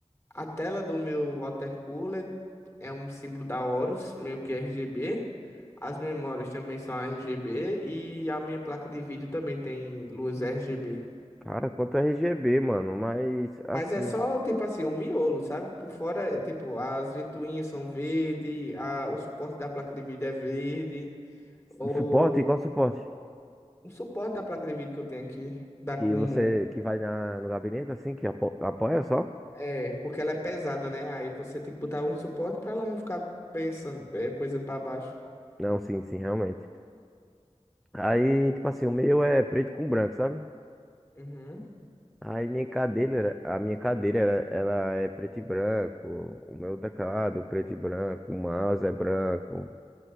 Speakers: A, on the left (about 20°); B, in the centre.
A: a tela do meu water cooler é um símbolo da Horus, meio que RGB. As memórias também são RGB e a minha placa de vídeo também tem luz RGB.
B: Cara, quanto a RGB, mano, mas assim,
A: Mas é só tipo assim, um miolo, sabe? Por fora, é, tipo, as ventoinhas são verde, a, o suporte da placa de vídeo é verde, ou
B: o suporte, qual suporte?
A: o suporte da placa de vídeo que eu tenho aqui, da
B: Que
A: Kumon.
B: você que vai na, no gabinete assim, que apo- apoia só?
A: É, porque ela é pesada, né? Aí você tem que botar um suporte pra ela não ficar pensando, é, coisando pra baixo.
B: Não, sim, sim, realmente. Aí, tipo assim, o meu é preto com branco, sabe?
A: Uhum.
B: Aí minha cadeira, era- a minha cadeira, era- ela é preto e branco. O meu teclado, preto e branco. O mouse é branco.